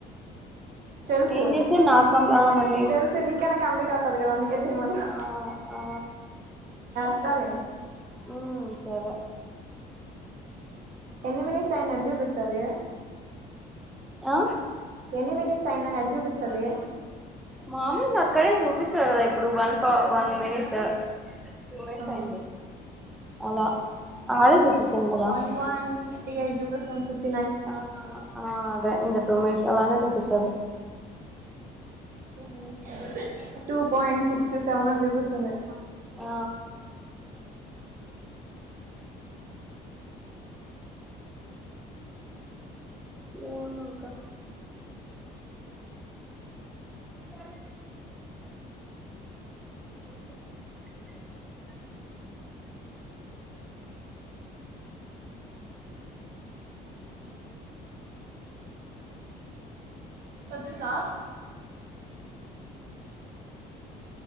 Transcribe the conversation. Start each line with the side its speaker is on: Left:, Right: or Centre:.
Right: తెలుసు
Centre: నేను చేస్తే నాకు కం ఆ మళ్ళీ
Right: తెలుసు ఇందుకేనా కమీట్ స్ తది కదా అందు కే చెయ్ మన్నా
Centre: ఆ ఆ
Right: త్తాలే
Centre: ఉమ్ సరే
Right: ఎన్ని మినిట్స్ అయ్యింద్ ఎట్ట చూపిస్తది
Centre: ఆ
Right: ఎన్ని మినిట్స్ అయిందని ఎట్ట చూపిస్తుది
Centre: మామూలుగా అక్కడే <unintelligible> కదా ఇప్పుడు వన్ పే వన్ మనిట్ టూ మినిట్స్
Right: ఆ
Centre: అయింది అలా ఆడే చూపిస్తుంది కదా
Right: వన్ పాయింట్ ఫిఫ్టి ఎయిట్ చూ <unintelligible>
Centre: ఆ ఆ అదే ఇంక టూ మిట్స్ అలానే చూపిస్తాది
Right: two minutes <unintelligible> two point six seven <inaudible> పిస్తుంది
Centre: ఆ మవునంకా అ ప్రదేశ ప్రదేశ అంగా
Right: పొద్దున్ దా